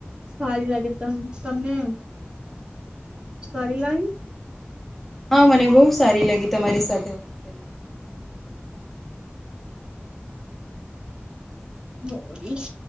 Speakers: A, on the right; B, in the centre.
A: સારી લાગે ત તમને સારી લાગી
B: હા મને બહુ સારી લાગી તમારી સાથે કરી
A: નોડી